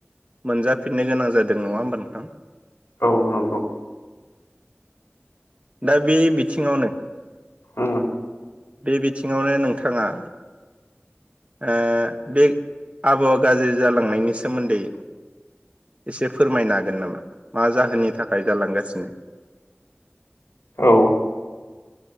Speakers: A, on the right (about 30°); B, on the left (about 85°).
A: मोनजाफिननो गोनां जादों नंङा होमबा नोंथां?
B: औ नंगौ
A: दा बे बिथिङावनो
B: उम
A: बे बिथिङावनो नोंथाङा आ बे आबहावा गाज्रि जालांनायनि सोमोन्दै एसे फोरमायनो हागोन नामा? मा जाहोननि थाखाय जालांगासिनो?
B: औ।